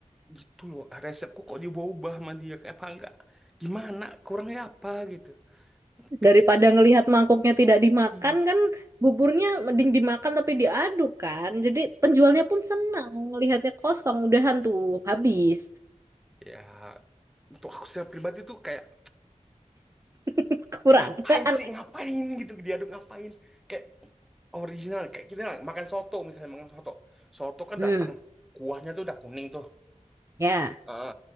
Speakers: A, in the centre; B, on the right (about 25°).
A: gitu loh, resepku kok diubah sama dia. Kayak apa enggak? Gimana? Kurangnya apa gitu.
B: Daripada
A: Kasihan.
B: ngelihat mangkoknya tidak dimakan
A: Hmm.
B: kan buburnya mending dimakan tapi diaduk kan. Jadi penjualnya pun senang ngelihatnya kosong udahan tuh habis.
A: Ya, untuk aku secara pribadi tuh kayak
B: <laughs> Kurang.
A: ngapain
B: <laughs>
A: sih ngapain gitu diaduk ngapain kayak original kayak kita lah makan soto misalnya makan soto soto kan
B: Hmm,
A: datang kuahnya tuh udah kuning tuh
B: ya.
A: Eh,